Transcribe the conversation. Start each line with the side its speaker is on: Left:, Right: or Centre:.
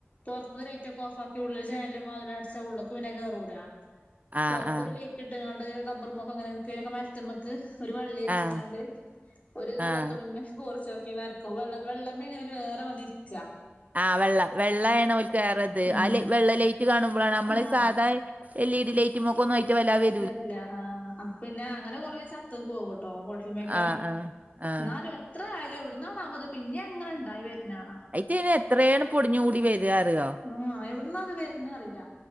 Left: പുറത്തരു ലൈറ്റ് ഒക്കെ ഓഫാക്കി ഉള്ളിൽ ജനാലും വാതിലും അടച്ച ഉള്ള്ക്ക് പിന്നേ കേറൂല.
Right: ആഹ്
Left: പുറത്തൊരു
Right: ആഹ്
Left: ലൈ ട്ട് ങ്ങാണ്ട് ഡബാറുമക്കോ അങ്ങനെക്കൊക്കെ മര മക്ക് ഒരു വള്ളിച്ചങ്ങാണ്ട്
Right: ആഹ്
Left: ഒരു വെള്ളതുണിമ്മെ
Right: ആഹ്
Left: കൂറചോക്കാ വേക്ക വെള്ള വെള്ളമേ വര് വേറെ വന്നിരിക്ക
Right: ആഹ് വെള്ള വെള്ള ആണ് ഓല്ക്ക് കേറത്
Left: ഉം
Right: ആഹ് വെള്ള ലേറ്റ് കാണുമ്പോഴാണ് നമ്മള്
Left: ആഹ്
Right: സാധാ എൽ ഇ ഡി ലൈറ്റ് മ്മക്ക് ഒന്നും അയയ്ക്ക <inaudible>
Left: തരില്ല ആ പിന്നെ അങ്ങനെ കൊറേ ചത്ത പോക കേട്ടോ ഹോട്ടലമൊക്കെ..
Right: ആഹ് ആഹ് ആഹ്
Left: എന്നാലും എത്ര ആയാലും എവിടുന്നണാ പ്പോത് പിന്നെ അങ്ങനെ ഉണ്ടായി വരുന്നാണ
Right: അയി എന്ന് ഇന് എത്രയണ് പൊടിഞ്ഞുകൂടി വരികറതോ
Left: ആ എവിടന്ന അത് വരന്ന അറിയില്ല